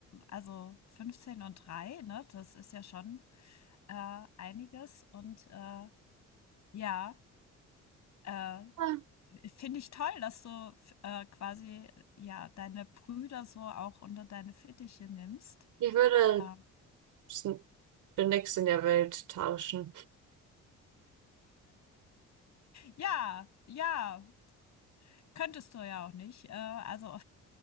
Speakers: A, on the left; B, on the right.
A: also 15 und 3. ne? Das ist ja schon äh, einiges. Und äh, ja, äh,
B: Ja,
A: finde ich toll, dass du f- äh, quasi ja deine Brüder so auch unter deine Fittiche nimmst.
B: Ich würde
A: Ähm,
B: s- für nichts in der Welt tauschen.
A: ja, ja, könntest du ja auch nicht. Äh, also